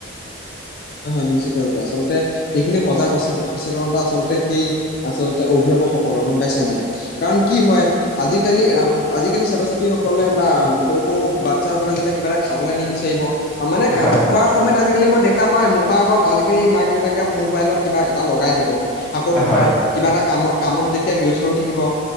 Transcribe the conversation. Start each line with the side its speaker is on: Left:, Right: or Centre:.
Left: হয়, হয়, নিশ্চিত ৰূপে আচলতে সেইখিনি সজাগ- সচেতনতা আচলতে সেই আচলতে অভিভাৱকসকলৰ গম পাইছা নাই? কাৰণ কি হয় আজিকালি আজিকালি ছাত্ৰ-ছাত্ৰীসকলে বা সৰু সৰু বাচ্ছাসকলে যেতিয়া কিবা এটা খাবলৈ নিবিচাৰিব মানে
Centre: হয়
Left: খোৱাৰ সময়ত আজিকালি মই দেখো দেখা পাই মুখৰ আগত আজিকালি মাক দেউতাকে মোবাইলত কিবা এটা লগাই দিব, আকৌ তোমাৰ
Centre: হয় হয়
Left: কিবা এটা কামত কামত যেতিয়া ব্যস্ত হৈ থাকিব